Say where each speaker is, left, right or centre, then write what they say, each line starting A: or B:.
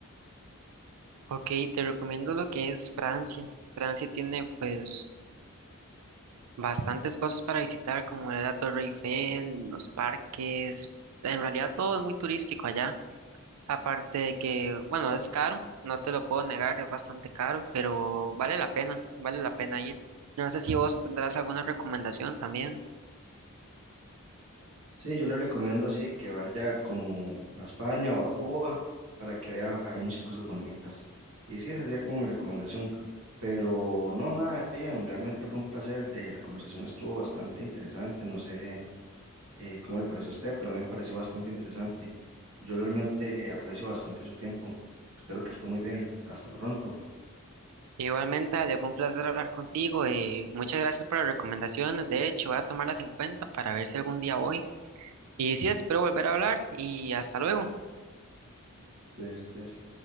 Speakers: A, on the right; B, on the right.
A: Ok, te recomiendo lo que es Francia. Francia tiene pues bastantes cosas para visitar, como la Torre Eiffel, los parques. En realidad todo es muy turístico allá. Aparte de que, bueno, es caro, no te lo puedo negar, es bastante caro, pero vale la pena, vale la pena ir. No sé si vos tendrás alguna recomendación también.
B: Sí, yo le recomiendo así que vaya como a España o a Cuba para que vea, hay muchas cosas bonitas. Y sí, esa sería como mi recomendación. Pero no, nada, Ian, realmente fue un placer. eh, la conversación estuvo bastante interesante. No sé eh, cómo le pareció a usted, pero a mí me pareció bastante interesante. Yo realmente aprecio bastante su tiempo. Espero que esté muy bien. Hasta pronto.
A: Igualmente, Ale, fue un placer hablar contigo y muchas gracias por las recomendaciones. De hecho, voy a tomarlas en cuenta para ver si algún día voy. Y sí, espero volver a hablar y hasta luego.
B: Cuídense, cuídense.